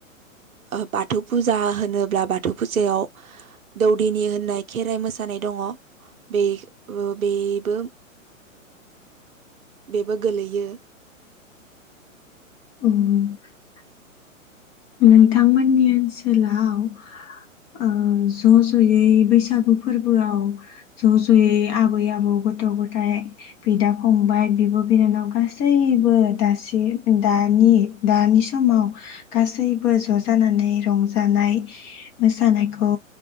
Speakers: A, on the right; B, on the left.
A: ओ बाथौ फुजा होनोब्ला बाथौ फुजायाव दौदिनि होननाय खेर मोसा जानाय दङ बे-बेबो बेबो गोलैयो
B: उह नोंथांमोननि ओनसोलाव ओ ज जयै बैसागु फोरबोआव ज जयै आबै आबौ गथ गथाय बिदा फंबाय बिब बिनानाव गासैबो दासि दानि दानि समाव गासैबो ज जानानै रंजानाय मोसानायखौ